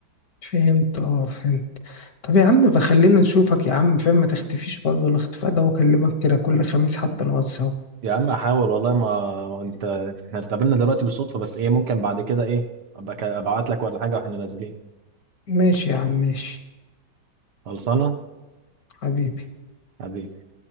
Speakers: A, on the left; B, on the right.
A: فهمت اه فهمت طب يا عم بقى خلينا نشوفك يا عم فاهم ما تختفيش برضه الاختفاء ده واكلمك كده كل خميس حتى نقعد سوا
B: يا عم احاول والله ما انت احنا اتقابلنا دلوقتي بالصدفه بس ايه ممكن بعد كده ايه ابقى ابعت لك ولا حاجه واحنا نازلين
A: ماشي يا عم ماشي
B: خلصانه
A: حبيبي
B: حبيبي